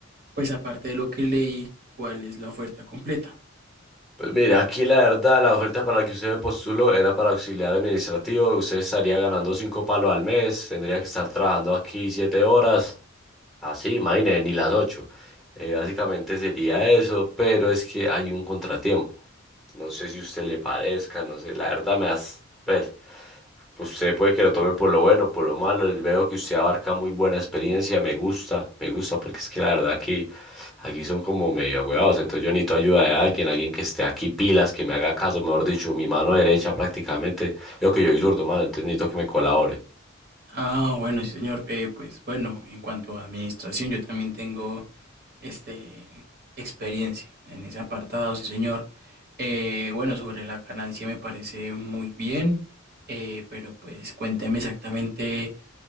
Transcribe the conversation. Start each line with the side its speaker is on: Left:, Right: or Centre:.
Right: pues aparte de lo que leí, cuál es la oferta completa.
Centre: Pues mira, aquí la verdad, la oferta para la que usted postuló era para auxiliar administrativo. Usted estaría ganando cinco palos al mes, tendría que estar trabajando aquí siete horas. Así, imagínese, ni las ocho. Eh, básicamente sería eso, pero es que hay un contratiempo. No sé si a usted le parezca, no sé, la verdad me has... ver. pues, Usted puede que lo tome por lo bueno, por lo malo. y Veo que usted abarca muy buena experiencia. Me gusta, me gusta, porque es que la verdad que aquí son como medio agüevados. Entonces yo necesito ayuda de alguien, alguien que esté aquí pilas, que me haga caso, mejor dicho, mi mano derecha prácticamente. Yo que yo soy zurdo, mano, entonces necesito que me colabore.
Right: Ah, bueno, sí, señor. Eh, pues bueno, en cuanto a administración, yo también tengo este experiencia en ese apartado, sí, señor. Eh, bueno, sobre la ganancia me parece muy bien, eh, pero pues cuénteme exactamente